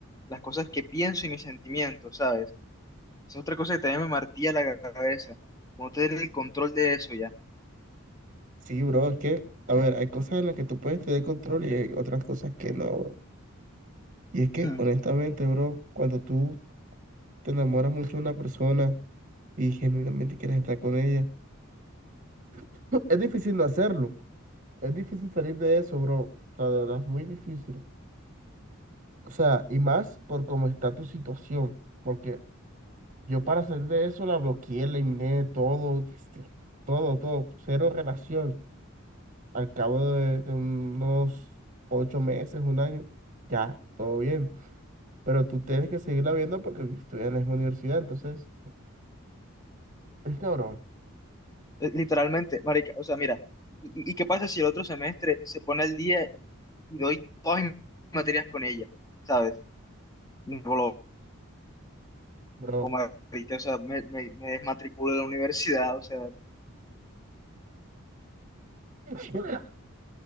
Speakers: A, on the left; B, on the right.
A: las cosas que pienso y mis sentimientos, ¿sabes? Esa es otra cosa que también me martilla la cabeza, como no tener el control de eso ya.
B: Sí, bro, es que, a ver, hay cosas en las que tú puedes tener control y hay otras cosas que no, bro. Y es que,
A: Hmm.
B: honestamente, bro, cuando tú te enamoras mucho de una persona y genuinamente quieres estar con ella, <laughs> <clears throat> es difícil no hacerlo. Es difícil salir de eso, bro. O sea, de verdad es muy difícil. O sea, y más por cómo está tu situación, porque Yo para salir de eso la bloqueé, la eliminé todo, este, todo, todo, cero relación. Al cabo de, de unos ocho meses, un año, ya, todo bien. Pero tú tienes que seguirla viendo porque estudias en la misma universidad, entonces, es cabrón,
A: Eh, Literalmente, marica, o sea, mira, ¿y, y- y qué pasa si el otro semestre se pone al día y doy todas mis materias con ella, ¿sabes? Me voló.
B: bro.
A: como marica, o sea, me, me, me desmatriculé de la universidad, o sea,
B: <laughs>